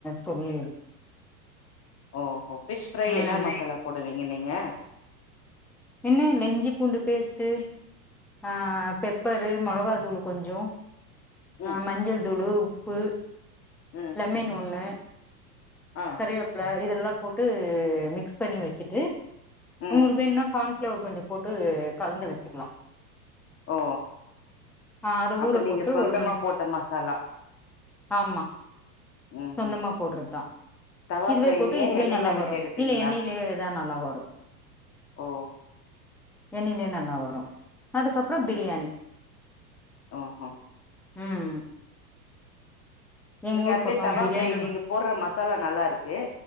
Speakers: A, in the centre; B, on the left (about 30°).
A: சொல்லிரு
B: ஓஹோ பிஷ் ஃப்ரை
A: ம்
B: என்னா மசாலா போடுவீங்க நீங்க
A: என்ன இல்ல இஞ்சி பூண்டு பேஸ்ட்டு ஆ பெப்பரு மொளகா தூளு கொஞ்சோ
B: ம்
A: அ மஞ்சள் தூளு உப்பு
B: ம்
A: லெமன் ஒன்னு
B: அ
A: கறிவேப்ல இதல்லா போட்டு மிக்ஸ் பண்ணி வெச்சிட்டு
B: ம்
A: உங்களுக்கு வேண்ணா கார்ன்ஃப்ளவர் கொஞ்ச போட்டு கலந்து வெச்சிக்லா
B: ஓ
A: அ அது
B: அப்ப
A: ஊற
B: நீங்க
A: போட்டு
B: சொந்தமா
A: ஒரு மண்
B: போட்ட மசாலா
A: ஆம்மா
B: ம்
A: சொந்தமா
B: ம்
A: போட்ற தா
B: தவா
A: இதுவே
B: ஃப்ரைலயா
A: போட்டு இதுவே
B: எண்ணெய்ல
A: நல்லா
B: விட்டு
A: வரு
B: எடுப்பீங்களா
A: இல்ல எண்ணெயிலயேதா நல்லா வரு
B: ஓ
A: எண்ணெயிலே நல்லா வரு அதுக்கப்பறோ பிரியாணி
B: ம் ம்
A: ம் எங்க
B: நீங்க
A: ஊர்
B: அதுவே
A: பக்கோ
B: தவா
A: பிரியாணி
B: ஃப்ரை நீங்க போட்ற ம சாலா நல்லாருக்கு